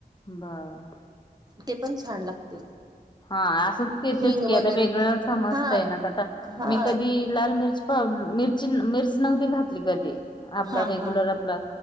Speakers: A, on the left (about 25°); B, on the right (about 25°).
A: बर
B: ते पण छान लागते.
A: हा असं येतेच
B: हिंग वगैरे
A: की आता वेगळं समजतय
B: हा
A: ना आता
B: हा
A: मी कधी लाल मिर्च पावडर मिरची मिर्च नव्हती घातली कधी आपला
B: हा
A: रेग्युलर
B: हा
A: आपला